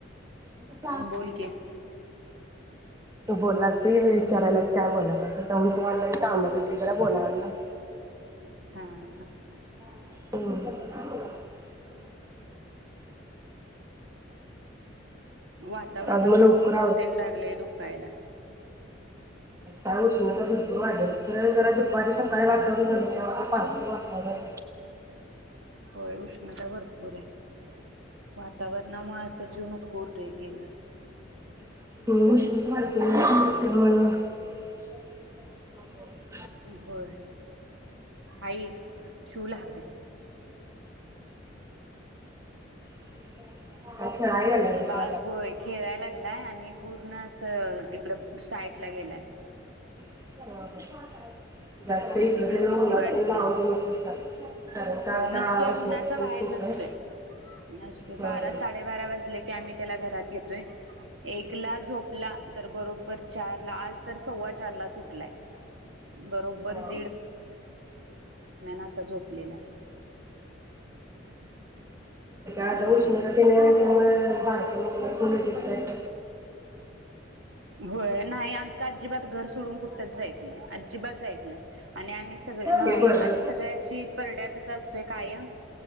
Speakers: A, on the right; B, on the right.
A: <inaudible>
B: बोल की
A: तो बोला ते हे विचारायलाच की काय बोलला <inaudible> जरा कामात होते त्यामुळं बोलाय आल नाय.
B: हा हा
A: हम्
B: वातावरणामुळे
A: आज मला लवकर
B: डोक तेण लागलय दुखायला
A: काल उष्णता भरपूर वाढेलेली खर जरा दुपारी सकाळी वातावरण झालं तेव्हा काय पावसाचं वातावरण
B: होय उष्णता भरपूर आहे, वातावरणामुळे अस जीव नको उरतो एक एकदा
A: <unintelligible>
B: होय आई शिवला हाक द्या
A: <inaudible>
B: आणि
A: गेलेलं
B: बाळ होय खेळाय लागलाय आणि पूर्ण असं तिकड साईटला गेलाय.
A: <inaudible> इकडं
B: म तिकडे
A: तिकडं
B: भीती
A: उन्हात
B: वाटतिया
A: तेन लावून देऊ नकोस त्याला. कारण का
B: होय
A: आता
B: नसतोय,
A: उष्णता
B: उन्हाचा
A: पण
B: बाहेर
A: खूप
B: नसतोय
A: आहे.
B: नसतोय,
A: होय.
B: बारा साडेबारा वाजले कॅमी त्याला घरात घेतोय, एकला झोपला तर बरोबरं चारला आज तर सव्वा चारलाच उठलाय बरोबरं
A: <unintelligible> कसंय
B: असा झोपलेला
A: आता
B: झोपली
A: उष्णता तेन आहे त्यामुळं बारक्या मुल <unintelligible>
B: होय नाही आमच अजिबात घर सोडून कुठच जाईत नाही, अजिबात जाईत नाही आणि आम्ही सगळे नाही
A: ते बरं.
B: आम्ही सगळे अशी परड्यातच असतोय कायम